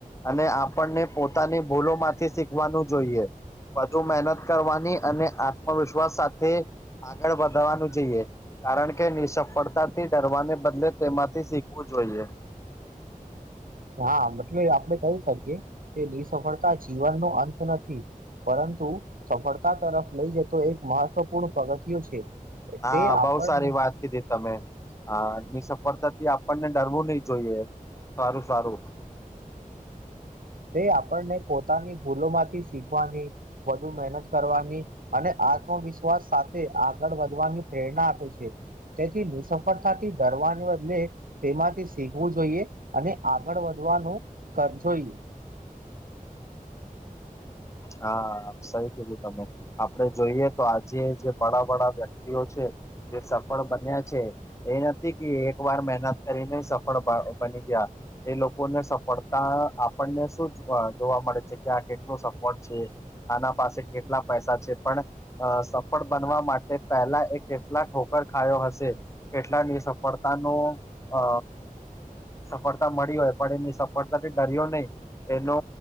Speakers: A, on the left (about 20°); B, on the right (about 75°).
A: અને આપણને પોતાની ભૂલોમાંથી શીખવાનું જોઈએ. વધુ મહેનત કરવાની અને આત્મવિશ્વાસ સાથે આગળ વધવાનું જોઈએ કારણ કે નિસફળતાથી ડરવાને બદલે તેમાંથી શીખવું જોઈએ.
B: હા મતલબ આપડે કહી શકીએ કે નિસફળતા જીવનનો અંત નથી. પરંતુ સફળતા તરફ લઈ જતો એક મહત્વપૂર્ણ પગથિયો છે.
A: હા
B: તે આપણને
A: બોઉ સારી વાત કીધી. તમે અ નિસફળતાથી આપણને ડરવું નઈ જોઈએ. સારું સારું.
B: તે આપણને પોતાની ભૂલો માંથી શીખવાની વધુ મહેનત કરવા ની અને આત્મવિશ્વાસ સાથે આગળ વધવાની પ્રેરણા આપે છે. તેથી નિસફળતાથી ડરવાને બદલે તેમાંથી શીખવું જોઈએ અને આગળ વધવાનું. <unintelligible>
A: હા સહી કીધું તમે. આપડે જોઈએ તો આજે જે બડા બડા વ્યક્તિઓ છે જે સફળ બન્યા છે. એ નથી કે એક વાર મહેનત કરીને સફળ બની ગ્યા. એ લોકોને સફળતા આપણને શું જોવા મળે છે કે આ કેટલું સફ કોણ છે આના પાસે કેટલા પૈસા છે પણ અ સફળ બનવા માટે પહેલા એ કેટલા ઠોકર ખાયો હશે. કેટલાની સફળતાનો અ સફળતા મળી હોય પણ એની નિસફળતાથી ડર્યો નઈ. એનો